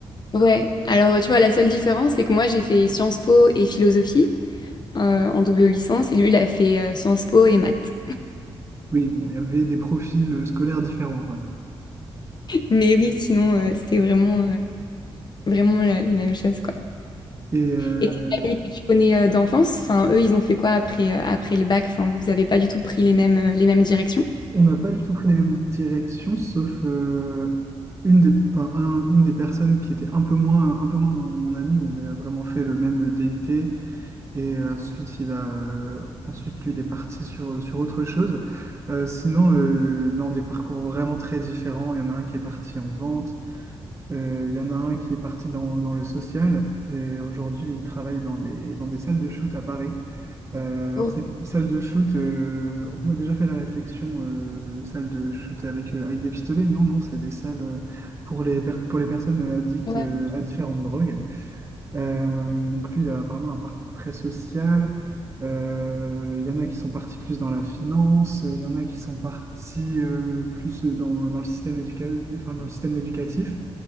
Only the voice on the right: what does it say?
Oui, bon, il y avait des profils euh, scolaires différents, quoi.
Et, euh,
On n'a pas du tout pris les mêmes directions, sauf euh, une des, enfin, un- une des personnes qui était un peu moins, un peu moins mon, mon ami, où on a vraiment fait le même DUT, et euh, ensuite, il a, euh, ensuite lui, il est parti sur, sur autre chose. Euh, sinon, euh, non, des parcours vraiment très différents. Il y en a un qui est parti en vente, euh, il y en a un qui est parti dans, dans le social, et aujourd'hui, il travaille dans des, dans des salles de shoot à Paris. Euh, alors,
c'est salle de shoot, euh, on m'a déjà fait la réflexion, euh, salle de shoot avec, euh, avec des pistolets. Non, non, c'est des salles euh, pour les, per- pour les personnes euh, addictes
euh, à différentes drogues. Euh, donc, lui, il a vraiment un parcours très social. Euh, Il y en a qui sont partis plus dans la finance, il y en a qui sont partis euh, plus dans, dans le système éduca- enfin, dans le système éducatif.